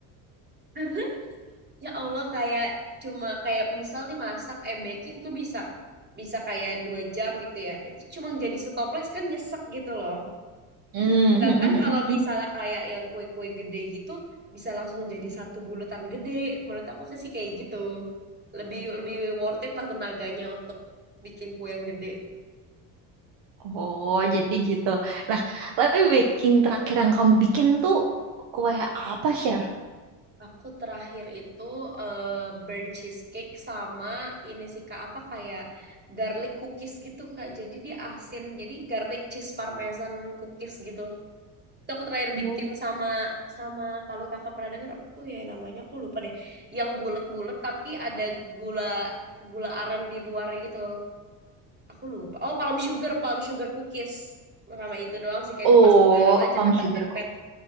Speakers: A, on the right; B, on the right.
A: karena ya Allah kayak cuma kayak misal nih masak eh baking tuh bisa bisa kayak dua jam gitu ya itu cuma jadi setoples kan nyesek gitu loh
B: Hmm.
A: sedangkan kalau misalnya
B: <laughs>
A: kayak yang kue-kue gede gitu bisa langsung jadi satu bulatan gede menurut aku sih kayak gitu lebih lebih worth it lah tenaganya untuk bikin kue yang gede
B: Oh, jadi gitu. Nah, tapi baking terakhir yang kamu bikin tuh kue apa, Share?
A: Aku terakhir itu eh, burnt cheesecake sama ini sih Kak apa kayak garlic cookies gitu Kak. Jadi dia asin. Jadi garlic cheese parmesan cookies gitu. Itu aku terakhir
B: Oh,
A: bikin sama sama kalau Kakak pernah dengar apa tuh ya namanya aku lupa deh. Yang bulat-bulat tapi ada gula gula aren di luarnya gitu. Aku lupa. Oh, palm sugar, palm sugar cookies. Sama itu doang sih kayak
B: Oh,
A: itu pas lebaran aja
B: palm
A: mepet-mepet.
B: sugar cookie.